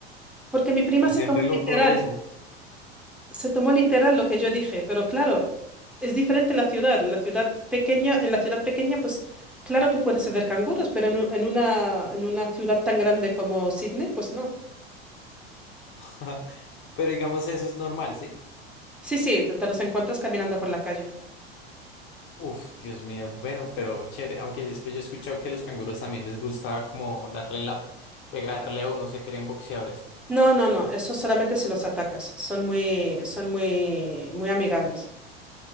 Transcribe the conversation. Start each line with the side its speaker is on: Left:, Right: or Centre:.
Centre: porque mi prima
Left: De
Centre: se
Left: ser
Centre: tomó
Left: re loco
Centre: literal,
Left: ver eso.
Centre: se tomó literal lo que yo dije, pero claro, es diferente la ciudad. La ciudad pequeña, en la ciudad pequeña, pues claro que puedes ver canguros, pero en, u- en una, en una ciudad tan grande como Sydney, pues no.
Left: <laughs> Pero digamos, eso es normal, ¿sí?
Centre: Sí, sí, te, te los encuentras caminando por la calle.
Left: Uf, Dios mío. Bueno, pero chévere. Aunque es que yo he escuchado que los canguros también les gusta como darle en la... pegarle a uno, se creen boxeadores.
Centre: No, no, no, eso solamente si los atacas. Son muy, son muy, muy amigables.